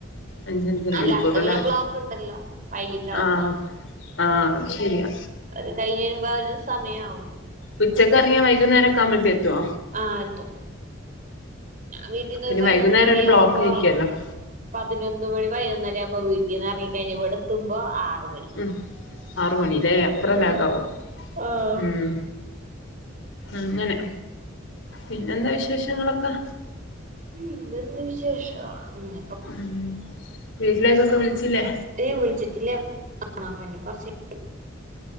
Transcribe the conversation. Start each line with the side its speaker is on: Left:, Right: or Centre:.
Left: അഞ്ച് അഞ്ചാരാ
Right: അല്ലാത്ത
Left: മണിക്കൂറല്ലേ
Right: പിന്നെ ബ്ലോക്ക് ഉണ്ടല്ലോ വൈകിട്ടാവുമ്പോ
Left: ആഹ് ആഹ് അത് ശെരിയാ
Right: അത് കയിഞ്ഞ് വെരുമ്പോ ആ ഒര് സമയാവും
Left: ഉച്ചക്ക് എറങ്ങിയാ വൈകുന്നേരം ഒക്കെ ആവുമ്പോഴത്തെ എത്തുവ്യാ
Right: ആ എത്തും വീട്ടിന്ന്
Left: പിന്നെ
Right: പൈനൊന്ന്
Left: വൈകുന്നേരം
Right: മണി
Left: ഒരു
Right: ആവുമ്പോ
Left: ബ്ലോക്ക് ആയിരിക്കുവല്ലോ
Right: പതിനൊന്ന് മണി പൈനൊന്നര ആവുമ്പോ വീട്ടിന്ന് എറങ്ങി കഴിഞ്ഞാ ഇവടെ എത്തുമ്പോ ആറ് മണി
Left: ഉം ആറ് മണി ലേ അത്ര ലേഖാവും
Right: ആഹ് ആഹ്
Left: ഉം അങ്ങനെ പിന്നെന്താ വിശേഷങ്ങളൊക്കെ
Right: പിന്നെ എന്ത് വിശേഷം അങ്ങനെ
Left: ഉം വീട്ടിലേക്കൊക്കെ വിളിച്ചില്ലേ
Right: ഏയ് വിളിച്ചിട്ടില്ല ആഹ് ഇനി കൊറച്ച് കഴി